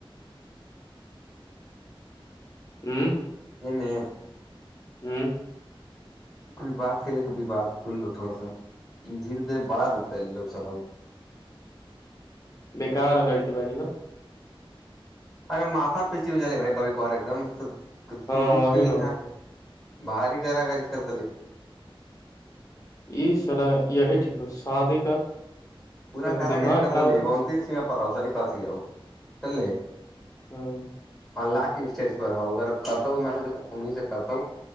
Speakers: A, on the left; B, in the centre.
A: ہوں
B: ا
A: ہوں
B: کئی بات کے لے کےواد کرولو تھوڑا سا دھیرے دھیرے بڑا روک لے لو سلا
A: بیکار ہاڑ کی باجن
B: ارے ماتا پیچی جلے بھائی کبھی کبار ایک دم
A: ہاں
B: روک
A: وہی
B: گی
A: نا
B: ہیں باری کارا کاری کر
A: اس سلاح یہی ٹھیک شادی کر
B: پورا
A: پھر
B: کارا
A: دماغ
B: کاری کردل
A: خراب ہوتا
B: وہتس سیما پ آؤس ایک کسی س لے
A: ہاں
B: ہ لاسٹ اسٹیج پر رہؤ اگر کرتا مسج ا انہیں سے کرتا ہوں